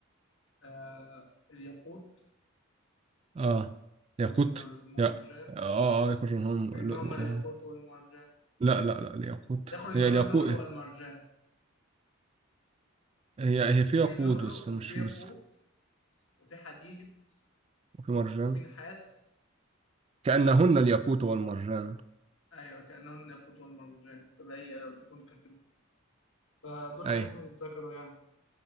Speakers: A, on the left; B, on the right.
A: آه، الياقوت
B: آه ياقوت
A: والمرجان
B: لا آه آه آه، يخرج منهم
A: بينهما
B: لؤلؤ
A: الياقوت والمرجان
B: لا لا لا الياقوت
A: يخرج
B: هي
A: منهما
B: الياقوت
A: اللؤلؤ والمرجان
B: هي هي في ياقوت
A: في اللؤلؤ
B: بس مش
A: وفي ياقوت
B: مش
A: وفي حديد
B: وفي مرجان
A: وفي نحاس
B: كأنهن الياقوت والمرجان
A: أيوة كأنهن الياقوت والمرجان فبأي ربكم تكذبون فدول
B: أي
A: حاجات ما تتذكروا يعني